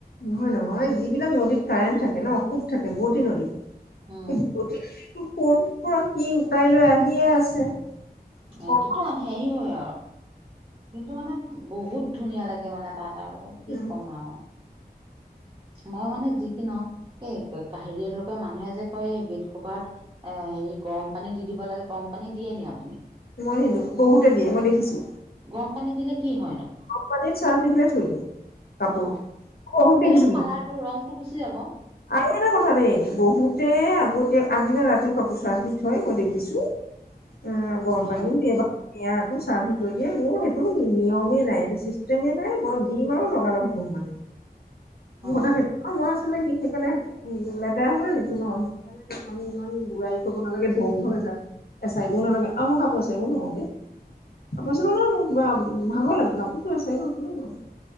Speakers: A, on the left; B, on the right.
A: নহয় নহয় যিবিলাক নদীত কাৰেণ্ট থাকে ন সোত থাকে বুৱতি নদীত
B: উম
A: কৰ পৰা কি উটাই লৈ আহিয়ে আছে
B: এইটোতো
A: অ
B: হেৰি হয় কিন্তু মানে বহুত ধুনীয়া লাগে মানে তাত আৰু কি
A: উম
B: ক'ম আৰু আমাৰ মানে যি কি নহওঁক এই কাহেৰি লোকে মানুহে যে কয় এই বেড কভাৰ এ হেৰি গৰম পানী দি দিব লাগে গৰম পানী দিয়ে নি আপুনি
A: মই নিদো বহুতে দিয়ে মই দেখিছো
B: গৰম পানী দিলে কি হয় নো
A: পনীত ছাৰ্ফ দি পেলাই থৈ দিয়ে কাপোৰ
B: অ তেতিয়াটো
A: বহুত দেখিছো কিন্তু
B: কালাৰটো ৰংটো গুচি যাব
A: আৰু এটা কথা দেই বহুতে আগতীয়া আগদিনা ৰাতিও কাপোৰ ছাৰ্ফ দি থয় মই দেখিছো উম গৰম পানী
B: অ
A: দিয়ে বাৰু টো ছাৰ্ফ দি থৈ দিয়ে মোৰ সেইটো নিয়মেই নাই। সেইটো চিষ্টেমে নাই মই দিম আৰু লগালগ ধুম মানে। মোৰ
B: অ
A: কথা সেইটো, মই আচলতে সি সেইকাৰণে লেতেৰা হব নিদো ন আমি ইমান বুঢ়াই কৰিব নালাগে ধম ধমে চা এ, চাইবও নালাগে আৰু, মই কাপোৰ আছে সেইবোৰ নোৱাৰোঁ দেই আপাৰ আছামত ন' মোক কিবা ভাগৰ লাগে কাপোৰতো আছে ন' কিমান